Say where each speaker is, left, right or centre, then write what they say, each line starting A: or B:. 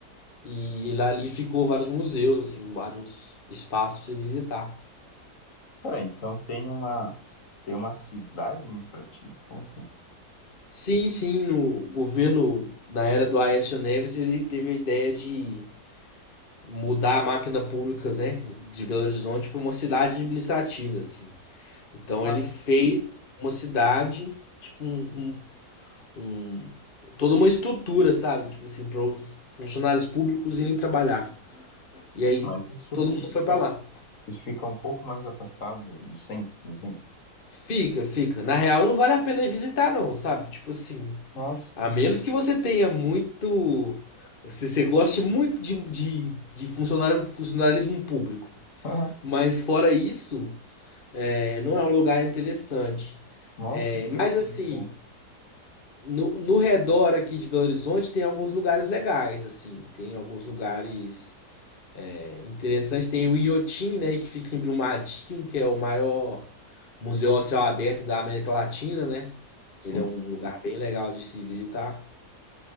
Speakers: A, on the left; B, on the left.
A: e lá ali ficou vários museus, assim, vários espaços para você visitar.
B: Peraí, então tem uma tem uma cidade administrativa? Como assim?
A: Sim, sim, no governo, na era do Aécio Neves, ele teve a ideia de mudar a máquina pública, né, de Belo Horizonte para uma cidade administrativa, assim. Então
B: Uai,
A: ele fez uma cidade, tipo um, um, um- toda uma estrutura, sabe, tipo assim, para os funcionários públicos irem trabalhar. E aí
B: mas isso
A: todo mundo
B: fica
A: foi para lá.
B: isso fica um pouco mais afastado do centro, por exemplo.
A: Fica, fica. Na real, não vale a pena ir visitar, não, sabe? Tipo assim,
B: Nossa,
A: a
B: que-
A: menos que você tenha muito, se você goste muito de, de, de funcionário, funcionalismo público.
B: <laughs>
A: Mas fora isso É, não é um lugar interessante.
B: nossa,
A: É,
B: que
A: mas
B: esquisito.
A: assim,
B: né?
A: no, no redor aqui de Belo Horizonte tem alguns lugares legais, assim, tem alguns lugares é, interessantes. Tem o Inhotim, né, que fica em Brumadinho, que é o maior museu a céu aberto da América Latina, né?
B: Sim.
A: Ele é um lugar bem legal de se visitar